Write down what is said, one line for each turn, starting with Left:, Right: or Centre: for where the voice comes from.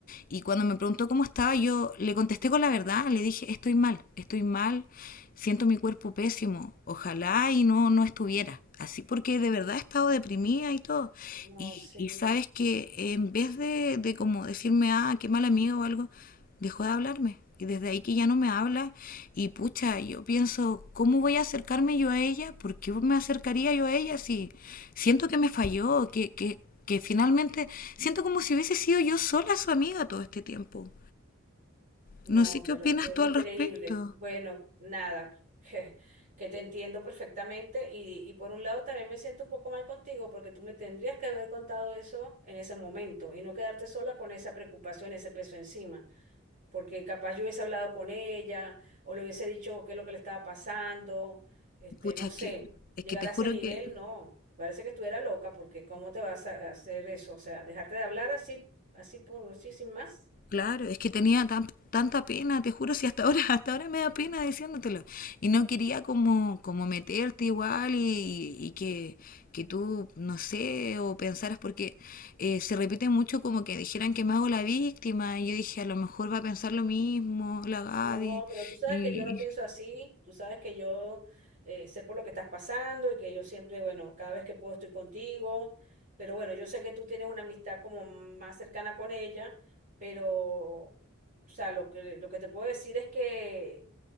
Left: y cuando me preguntó cómo estaba, yo le contesté con la verdad, le dije, estoy mal, estoy mal, siento mi cuerpo pésimo, ojalá y no, no estuviera. Así porque de verdad he estado deprimida y todo.
Right: No,
Left: Y,
Right: sí.
Left: y sabes que en vez de, de como decirme, ah, qué mal amigo o algo, dejó de hablarme. Y desde ahí que ya no me habla. Y pucha, yo pienso, ¿cómo voy a acercarme yo a ella? ¿Por qué me acercaría yo a ella si siento que me falló? Que, que, que finalmente siento como si hubiese sido yo sola su amiga todo este tiempo.
Right: No,
Left: No sé qué
Right: pero
Left: opinas
Right: es que
Left: tú
Right: increíble.
Left: al respecto.
Right: Bueno, nada, <laughs> que, te entiendo perfectamente y, y por un lado también me siento un poco mal contigo porque tú me tendrías que haber contado eso en ese momento y no quedarte sola con esa preocupación, ese peso encima, porque capaz yo hubiese hablado con ella o le hubiese dicho qué es lo que le estaba pasando, este,
Left: Pucha,
Right: no sé,
Left: que es
Right: llegar
Left: que te
Right: a
Left: juro
Right: ese nivel,
Left: que
Right: no, parece que estuviera loca porque ¿cómo te vas a hacer eso? O sea, dejarte de hablar así, así por, así sin más.
Left: Claro, es que tenía tan- tanta pena, te juro, si hasta ahora, <laughs> hasta ahora me da pena diciéndotelo. Y no quería como, como meterte igual y, y que, que tú, no sé, o pensaras, porque eh, se repite mucho como que dijeran que me hago la víctima, y yo dije, a lo mejor va a pensar lo mismo, la Gaby.
Right: No, pero tú sabes
Left: Y,
Right: que yo no pienso así, tú sabes que yo eh, sé por lo que estás pasando y que yo siempre, bueno, cada vez que puedo estoy contigo, pero bueno, yo sé que tú tienes una amistad como más cercana con ella, pero, o sea, lo que, lo que te puedo decir es que